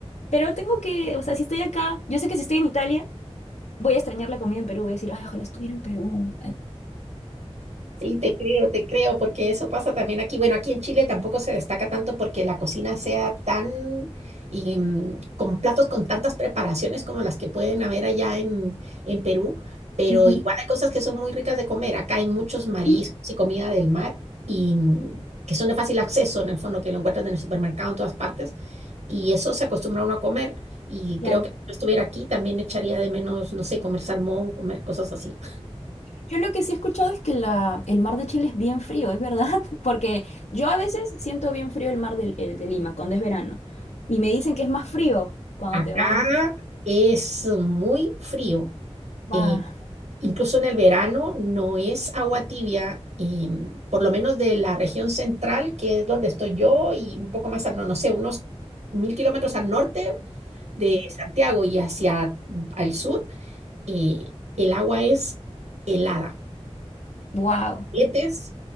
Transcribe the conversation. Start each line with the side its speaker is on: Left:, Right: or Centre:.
Left: pero tengo que, o sea, si estoy acá, yo sé que si estoy en Italia, voy a extrañar la comida en Perú, voy a decir, ay, ojalá estuviera en Perú.
Right: Sí, te creo, te creo, porque eso pasa también aquí. Bueno, aquí en Chile tampoco se destaca tanto porque la cocina sea tan y, mm, con platos con tantas preparaciones como las que pueden haber allá en, en Perú, pero
Left: Ujú,
Right: igual hay cosas que son muy ricas de comer. Acá hay muchos mariscos
Left: ujú,
Right: y comida del mar y mm, que son de fácil acceso, en el fondo, que lo encuentras en el supermercado en todas partes. Y eso se acostumbra uno a comer. Y
Left: Claro.
Right: creo que si no estuviera aquí también echaría de menos, no sé, comer salmón, comer cosas así.
Left: Yo lo que sí he escuchado es que la, el mar de Chile es bien frío, ¿es verdad? <laughs> Porque yo a veces siento bien frío el mar del- eh, de, Lima cuando es verano. Y me dicen que es más frío cuando
Right: Acá
Left: te vas más
Right: es muy frío,
Left: a...
Right: eh, incluso en el verano no es agua tibia, y, mm, por lo menos de la región central, que es donde estoy yo, y un poco más al, no, no sé, unos mil kilómetros al norte de Santiago y hacia mm, al sur, eh, el agua es helada.
Left: Wow.
Right: Metes